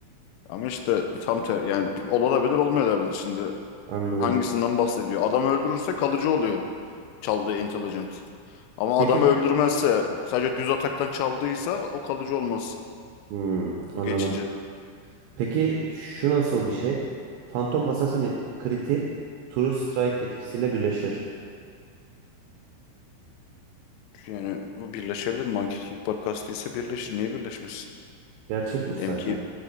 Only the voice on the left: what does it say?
Ama işte tam ter yani olabilir olmayabilir şimdi.
Hangisinden bahsediyor? Adam öldürürse kalıcı oluyor çaldığı intelligent. Ama
adamı öldürmezse sadece düz ataktan çaldıysa o kalıcı olmaz.
O geçici.
Yani birleşebilir. Monkey King Bar kastıysa birleşir. Niye birleşmesin?
M
K